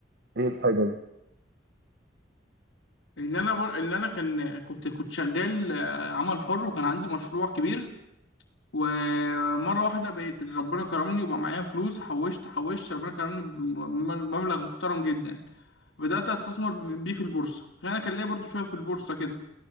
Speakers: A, on the right; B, on the left.
A: ايه الحاجه دي
B: ان انا بر... ان انا كان كنت كنت شغال آه، عمل حر وكان عندي مشروع كبير ومره واحده بقيت ربنا كرمني وبقى معايا فلوس حوشت حوشت ربنا كرمني بمبلغ محترم جدا بدأت أستثمر بيه في البورصة عشان أنا كان ليا برضو شوية في البورصة كده